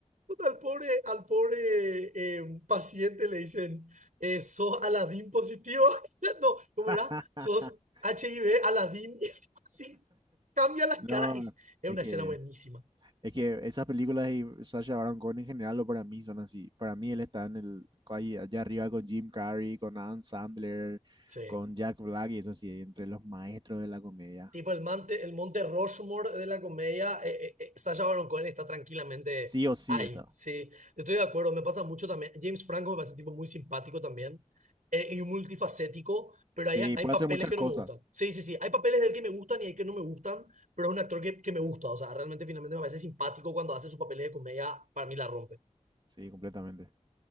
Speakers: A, on the right (about 80°); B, on the right (about 40°).
A: Al pobre, al pobre eh, paciente le dicen, eh, sos Aladín positivo. <laughs> No, ¿cómo
B: <laughs>
A: era? Sos HIV Aladín. <laughs> Sí, cambia las
B: No,
A: caras. Es, es
B: es
A: una
B: que...
A: escena buenísima.
B: Es que esas películas y Sacha Baron Cohen en general, lo para mí son así. Para mí él está en el, ahí, allá arriba con Jim Carrey, con Adam Sandler,
A: Sí.
B: con Jack Black y eso sí, entre los maestros de la comedia.
A: Tipo el, Monte, el Monte Rushmore de la comedia, eh, eh, eh, Sacha Baron Cohen está tranquilamente
B: Sí o sí
A: ahí,
B: está.
A: sí. Estoy de acuerdo, me pasa mucho también. James Franco me parece un tipo muy simpático también eh, y multifacético, pero
B: Sí,
A: hay, hay
B: puede
A: papeles
B: hacer muchas
A: que no
B: cosas.
A: me gustan. Sí, sí, sí, hay papeles de él que me gustan y hay que no me gustan, pero es un actor que, que me gusta, o sea, realmente finalmente me parece simpático cuando hace sus papeles de comedia, para mí la rompe.
B: Sí, completamente.